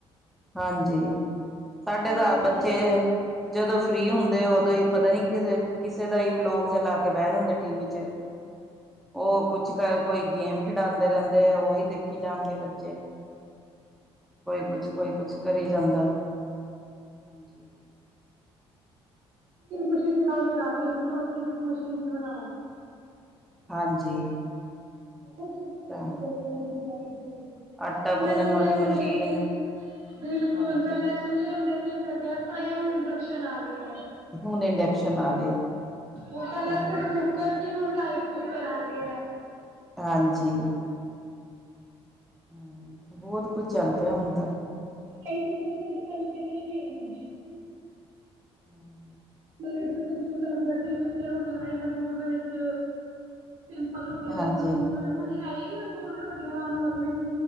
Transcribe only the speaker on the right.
ਜਾਂਦੀਆਂ
ਆ
ਹਾਂਜੀ
ਹਾਂਜੀ
ਮਸ਼ੀਨਾਂ ਵੀ ਆ ਗਈ, ਰੋਟੀ ਤੁਸੀਂ ਮਸ਼ੀਨ ਚ ਬਣਾਓ।
ਬ ਕੁਛ
ਬ ਗਲ ਹੈ ਦੁਨੀਆਂ ਵਿੱਚ <unintelligible> <unintelligible>
ਪੈਲਾਂ
ਝੁਲੇ
ਹੁੰਦੇ
ਸੀ, ਬਿਲਕੁਲ
ਪਹਿਲਾਂ ਚੁੱਲੇ ਹੁੰਦੇ ਸੀ, ਫੇਰ ਗੈਸਾਂ ਆਂਈਆਂ, ਹੁਣ ਇੰਡਕਸ਼ਨ ਆ ਗਏ ਆ।
ਉਹ ਪਹਿਲ
ਕੁੱਕਰ ਨ ਹੁਣ ਰਾਈਸ <unintelligible> ਕੁੱਕਰ ਆ ਗੇ ਐ।
ਕ ਦਿਨ ਦੂੰ ਦੇਖ <unintelligible>
ਮਤਲਬ, ਜਥੋਂ ਤੰਦੂਰ ਲਾਂਇਆ ਸੀ, ਮਿੱਸੀਆਂ ਰੋਟੀਆਂ ਲਾਈਆਂ ਤੰਦੂਰ ਦੇ ਵਿੱਚ। ਸਿੰਪਲ ਰੋਟੀਆਂ ਲਾਈ
ਤੰਦੂੂਰ, ਹੁਣ ਐ ਈ ਨੀ ਤੰਦੂਰ ਦੀ ਰੋਟੀਆਂ ਲਾਣ ਵਾਲਾ ਕੋਈ।